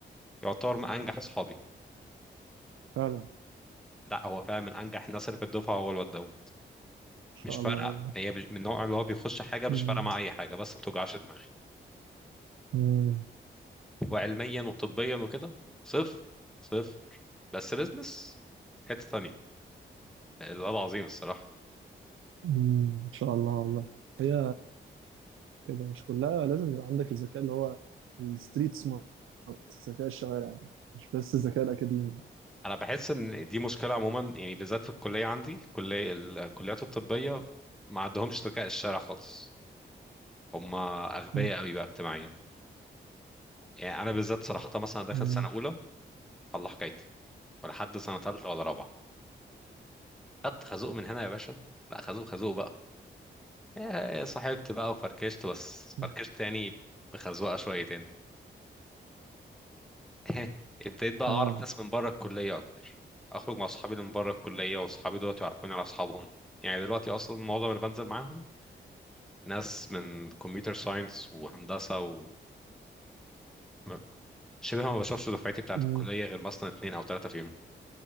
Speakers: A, in the centre; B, on the right (about 80°).
A: يعتبر من انجح اصحابي
B: فعلا ان
A: لا هو فعلا من انجح الناس اللي في الدفعه هو الواد دوت
B: شاء
A: مش فارقه
B: الله والله
A: هي بج- من النوع اللي هو بيخش حاجه مش
B: مم،
A: فارقه معاه اي حاجه بس ما توجعش دماغي
B: مم،
A: وعلميا وطبيا وكده صفر صفر بس بيزنس حته تانية الواد عظيم الصراحه
B: مم، ان شاء الله والله هي كده مش كلها لازم يبقى عندك الذكاء اللي هو الستريت سمارت ذكاء الشوارع ده مش بس الذكاء الأكاديمي
A: انا بحس ان دي مشكله عموما يعني بالذات في الكليه عندي كليه الكليات الطبيه ما عندهمش ذكاء الشارع خالص هم اغبياء
B: مم.
A: قوي بقى اجتماعيا يعني انا بالذات صراحه مثلا داخل
B: مم.
A: سنه اولى الله حكايتي ولحد سنه ثالثه ولا رابعه خدت خازوق من هنا يا باشا لا خازوق خازوق بقى إيه، صاحبت بقى وفركشت بس
B: مم.
A: فركشت يعني بخزوقه شويتين <laughs> ابتديت بقى
B: آه
A: اعرف ناس من بره الكليه اكتر اخرج مع اصحابي اللي من بره الكليه واصحابي دلوقتي يعرفوني على اصحابهم يعني دلوقتي اصلا معظم اللي بنزل معاهم ناس من كمبيوتر ساينس وهندسه وتجاره م- شبه ما بشوفش دفعتي بتاعت
B: مم.
A: الكليه غير مثلا اتنين او تلاته فيهم